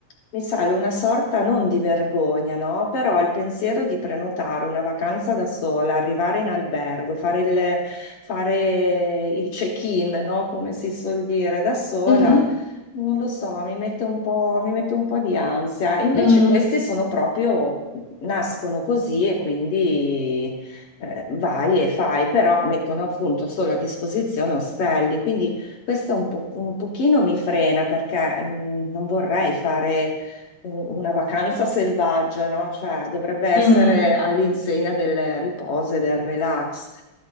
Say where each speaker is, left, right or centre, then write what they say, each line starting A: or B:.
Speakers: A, on the left (about 60°); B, on the left (about 85°).
A: mi sale una sorta non di vergogna, no? Però il pensiero di prenotare una vacanza da sola, arrivare in albergo, fare il, fare il check-in, no? Come si suol dire, da sola,
B: mhm,
A: non lo so, mi mette un po', mi mette un po' di ansia. Invece
B: mm,
A: questi sono proprio, nascono così e quindi eh, vai e fai, però mettono appunto solo a disposizione ostelli, quindi questo un po', un pochino mi frena perché mh, non vorrei fare un- una vacanza selvaggia, no? Cioè, dovrebbe essere
B: mm.
A: all'insegna del riposo e del relax.